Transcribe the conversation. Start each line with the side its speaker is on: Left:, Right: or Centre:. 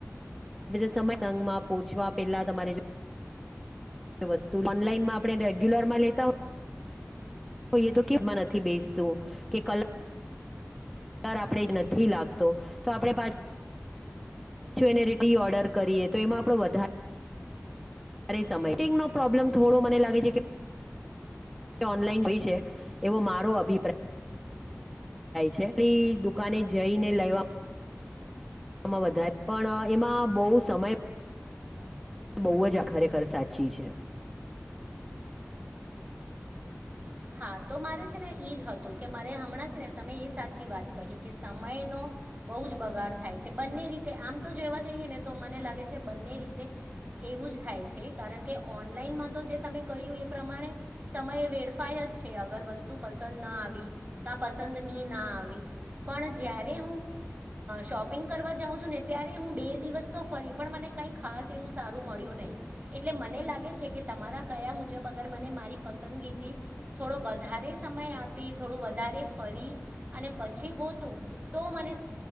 Centre: આ બીધ સમર્સંગમાં પહોંચવા પહેલાં તમારે જો <unintelligible> વસ્તુ ઓનલાઈનમાં આપણે રેગ્યુલરમાં લેતા હોય. એ તો કેમાં નથી બેસતું કે કલા આપણે નથી લાગતો તો આપણે પાછી જ્વેલરી ઓર્ડર કરીએ તો એમાં આપણે વધારે સમય ફિટિંગનો પ્રોબ્લેમ થોડો મને લાગે છે કે ઓનલાઈન જોઈ છે એવો મારો અભિપ્રાય. છે પછી દુકાને જઈને લેવા વધારે પણ એમાં બહુ સમય એ બહુ જ આખરેખર સાચી છે.
Right: હા તો મારે છે ને એ જ હતું કે મારે હમણાં છે ને તમે એ સાચી વાત કહી કે સમયનો બહ જ બગાડ થાય છે, બંને રીતે આમ તો જોવા જઈએ ને તો મને લાગે છે બંને રીતે એવું જ થાય છે કારણ કે ઓનલાઈનમાં તો જે તમે કહ્યું એ પ્રમાણે સમયે વેડફ અગર વસ્તુ પસંદ ના આવી, ક પસંદ ન ના આવી પણ જ્યારે શોપિંગ કરવા જાઉં છું ને ત્યારે હું બે દિવસ તો ફરી પણ મને કઈ ખાસ એવું સારું મળ્યું નહીં એટલે મને લાગે છે કે તમારા કયા મુજબ અગર મને મારી પસંદગી થી થોડો વધારે સમય આપી થોડું વધારે ફરી અને પછી ગોતું તો તો મને